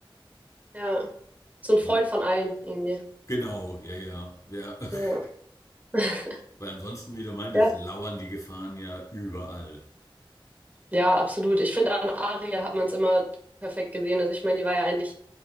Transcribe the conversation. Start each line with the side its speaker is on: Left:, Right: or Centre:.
Right: Ja. So ein
Left: Und
Right: Freund
Left: wenn-
Right: von allen irgendwie.
Left: Genau, ja, ja, ja. <laughs>
Right: Ja. <laughs>
Left: Weil ansonsten, wie du meintest,
Right: Ja.
Left: lauern die Gefahren ja überall.
Right: Ja, absolut. Ich finde, an Aria hat man es immer perfekt gesehen. Also ich meine, die war ja eigentlich,